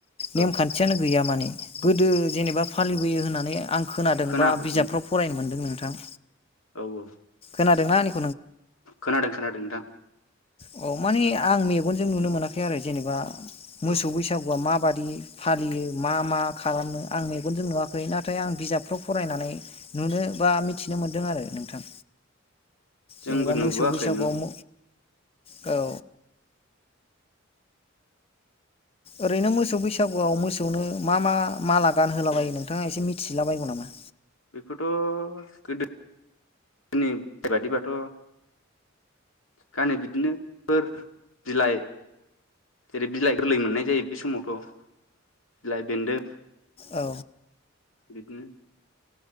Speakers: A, on the left; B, on the left.
A: औ
B: नेमखान्थियानो गैया माने गोदो जेनेबा फालिबोयो होननानै आं खोनादों
A: खोनाबोदोंमोन
B: बा बिजाबफ्राव फरायनो मोनदों नों थां
A: औ औ
B: खोनादोंना <unintelligible>
A: खनाादों खनाादों दा
B: अ माने आं मेगनजों नुनो मोनाखै आरो जेनेबा मोसौ
A: औ
B: बैसागुआ माबाददि बिदि फालियो मा मा खालामो आं मेगनजों नुवाखै नाथाय आं बिजाबफ्राव फरायनानै नुनो बा मिथिनो मोन्दों आरो नोंथां
A: जोंबो
B: जेनेबा
A: नुबोआखै
B: मोसौ बैसागुआव
A: नु
B: औ ओरैनो मोसौ बैसागुआव मोसौनो मा मा माला गान होलाबायो नोंथाङा एसे मिथिला बायगौ नामा?
A: बेखौथ' गोदोनि बायदिबाथ' गानो‌बिदिनो फोर बिलाइ जेरै बिलाइ गोरलै मोननाय जायो बे समावथ' बिलाइ बेन्दों
B: औ
A: बिदिनो